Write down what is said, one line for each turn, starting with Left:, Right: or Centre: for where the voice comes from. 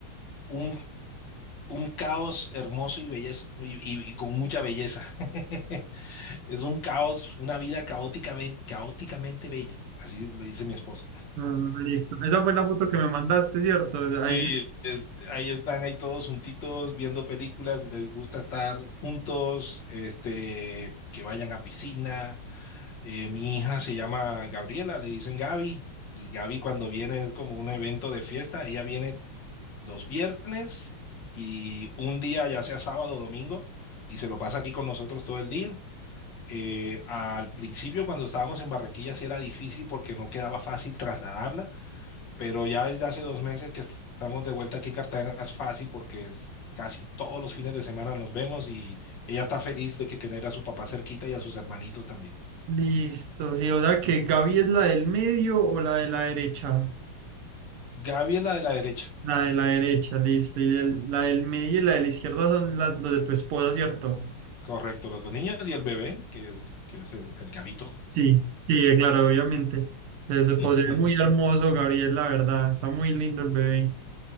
Left: un, un caos hermoso y bellezo, y, y- y con mucha belleza. <laughs> Es un caos, una vida caótica, ben- caóticamente bella. Así lo dice mi esposa.
Right: Ah, listo. Esa fue la foto que me mandaste, ¿cierto?
Left: Sí,
Right: Ahí,
Left: es- ahí están, ahí todos juntitos, viendo películas, les gusta estar juntos, este, que vayan a piscina Eh, mi hija se llama Gabriela, le dicen Gaby, y Gaby cuando viene es como un evento de fiesta, ella viene los viernes y un día, ya sea sábado o domingo, y se lo pasa aquí con nosotros todo el día. Eh, al principio cuando estábamos en Barranquilla sí era difícil porque no quedaba fácil trasladarla, pero ya desde hace dos meses que est- estamos de vuelta aquí en Cartagena es fácil porque es casi todos los fines de semana nos vemos y ella está feliz de que tener a su papá cerquita y a sus hermanitos también.
Right: listo. Sí, o sea, que Gaby es la del medio o la de la derecha.
Left: Gaby es la de la derecha.
Right: La de la derecha, listo. Y el- la del medio y la de la izquierda son las, los de tu esposa, ¿cierto?
Left: Correcto, los dos niños y el bebé, que es, que es el, el gabito.
Right: Sí, sí, eh, claro, obviamente. Se, se posee
Left: <laughs>
Right: muy hermoso, Gabriel, la verdad. Está muy lindo el bebé.